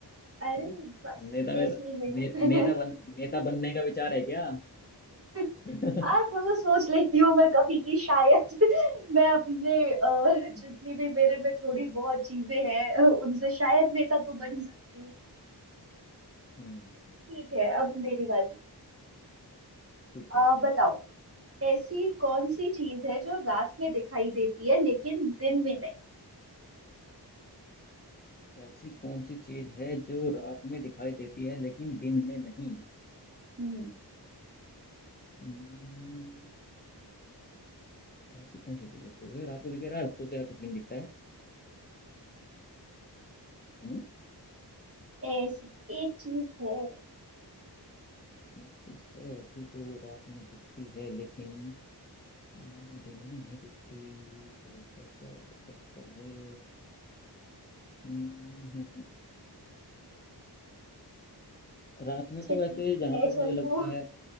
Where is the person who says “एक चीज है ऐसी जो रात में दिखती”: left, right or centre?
Left